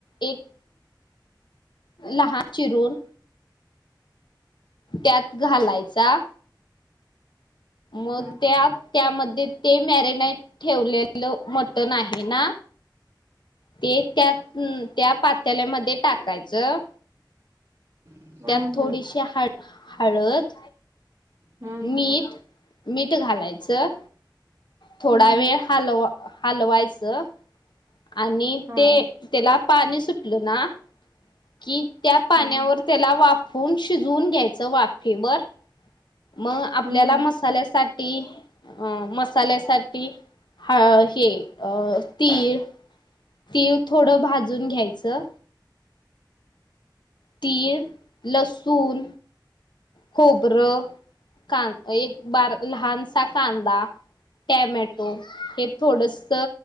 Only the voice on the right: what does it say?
हम्म.
हम्म
हम्म.
हम्म
हम्म
हम्म हा
हा
हम्म